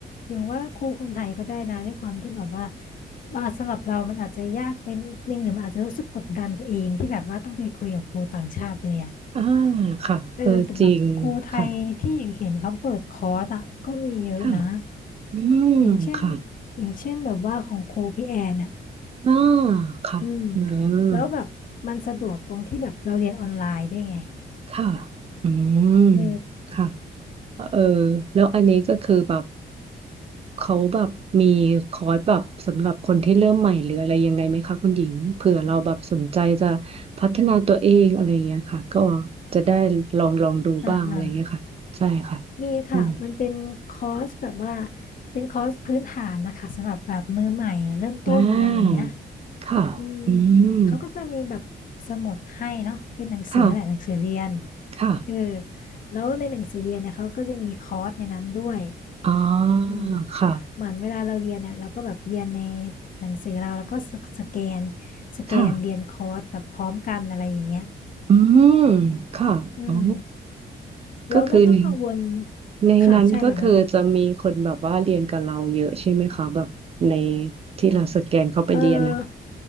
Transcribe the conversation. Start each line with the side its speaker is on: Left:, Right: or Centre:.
Left: อย่างว่าครูคนไทยก็ได้นะด้วยความที่แบบว่าอ่าสำหรับเรามันอาจจะยากเป็นนิดนึงหรือมันอาจจะรู้สึกกดดันตัวเองที่แบบว่าต้องไปคุยกับครูต่างชาติเลยอ่ะ
Right: อ่าค่ะเออจริงค่ะ
Left: เออแต่แบบครูไทยที่อย่างเห็นเขาเปิดคอร์สอ่ะก็มีเยอะนะ
Right: ค่ะอื
Left: อย่างเช่น
Right: มค่ะ
Left: อย่างเช่นแบบว่าของครูพี่แอนอ่ะ
Right: อ่าค่ะอืม
Left: อืมแล้วแบบมันสะดวกตรงที่แบบเราเรียนออนไลน์ด้วยไง
Right: ค่ะอืม
Left: เออ
Right: ค่ะเออแล้วอันนี้ก็คือแบบเขาแบบมีคอร์สแบบสำหรับคนที่เริ่มใหม่หรืออะไรยังไงไหมคะคุณหญิงเผื่อเราแบบสนใจจะพัฒนาตัวเองอะไรอย่างเงี้ยค่ะก็จะได้ลองลองดูบ้างอะไรอย่างเงี้ยค่ะใช่ค่ะ
Left: อ่าอ่ามีค่ะมันเป็นคอร์สแบบว่า
Right: อืม
Left: เป็นคอร์สพื้นฐานนะคะสำหรับแบบมือใหม่อะเริ่มต้นอะไรอย่างเงี้ย
Right: อ่าค่ะอืม
Left: อืมเขาก็จะมีแบบสมุดให้เนาะเป็นหนังสือแหละหนังสือเรียน
Right: ค่ะค่ะ
Left: เออแล้วในหนังสือเรียนเนี่ยเขาก็จะมีคอร์สในนั้นด้วย
Right: อ๋อ
Left: อืม
Right: ค่ะ
Left: เหมือนเวลาเราเรียนเนี่ยเราก็แบบเรียนในหนังสือเราแล้วก็สสแกนสแกนเรียนคอร์สแบบพร้อมกันอะไรอย่างเงี้ย
Right: ค่ะอืมค่ะอ๋อ
Left: อืมแล้วไม่ต้องกังวล
Right: ก็คือในในนั้นก็คือจะมีคนแบบว่าเรียนกับเราเยอะใช่ไหมคะแบบใน
Left: ค่ะใช่แบบนั้นเลย
Right: ที่เราสแกนเข้าไปเรียนนะคะ
Left: เออ